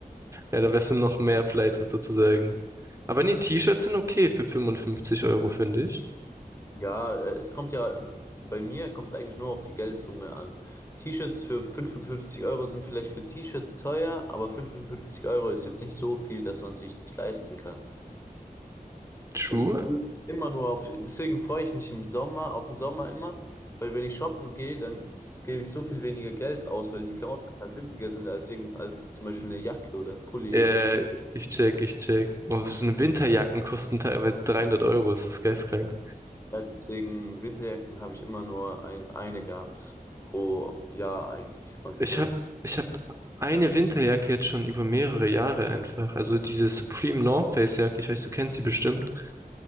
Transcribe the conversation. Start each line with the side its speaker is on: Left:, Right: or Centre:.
Right: Ja, da wärst du noch mehr pleite sozusagen. Aber nee, T-Shirts sind okay für 55 Euro, finde ich.
Left: Ja, äh, es kommt ja, bei mir kommt es eigentlich nur auf die Geldsumme an. T-Shirts für 55 Euro sind vielleicht für T-Shirts teuer, aber 55 Euro ist jetzt nicht so viel, dass man sich nicht leisten kann.
Right: True.
Left: Es geht immer nur auf, deswegen freue ich mich im Sommer, auf den Sommer immer, weil wenn ich shoppen gehe, dann z- gebe ich so viel weniger Geld aus, weil die Klamotten halt günstiger sind als, irgend, als zum Beispiel eine Jacke oder ein Pulli
Right: Äh,
Left: im Winter.
Right: ich check, ich check. Oh, so eine Winterjacken kosten teilweise 300 Euro. Das ist geistkrank.
Left: Ja, deswegen Winterjacken habe ich immer nur ein, eine gehabt pro Jahr eigentlich, maximal.
Right: Ich hab, ich hab eine Winterjacke jetzt schon über mehrere Jahre einfach. Also diese Supreme North Face Jacke. Ich weiß, du kennst sie bestimmt.